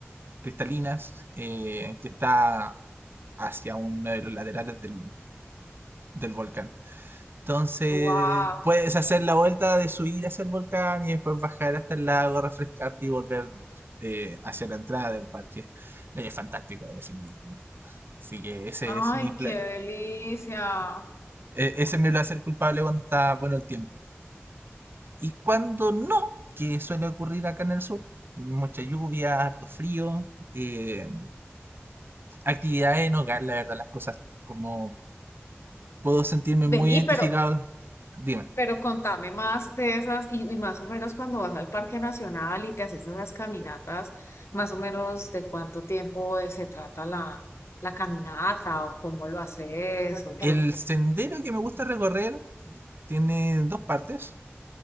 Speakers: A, on the right; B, on the left.
A: cristalinas, eh, que está hacia uno de los laterales del, del volcán. Entonces,
B: Wow,
A: puedes hacer la vuelta de subir hacia el volcán y después bajar hasta el lago, refrescarte y volver eh, hacia la entrada del parque. Eh, Es fantástico, definitivamente. Así que ese
B: ay,
A: es mi pla-
B: qué delicia.
A: e- Ese es mi placer culpable cuando está bueno el tiempo. Y cuando no, que suele ocurrir acá en el sur, mucha lluvia, harto frío, eh, actividades en hogar, la verdad, las cosas, como puedo sentirme muy
B: Vení,
A: identificado,
B: pero
A: dime.
B: Pero contame más de esas y, y más o menos cuando vas al Parque Nacional y te haces esas caminatas, más o menos de cuánto tiempo eh, se trata la, la caminata o cómo lo haces o qué.
A: El sendero que me gusta recorrer tiene dos partes.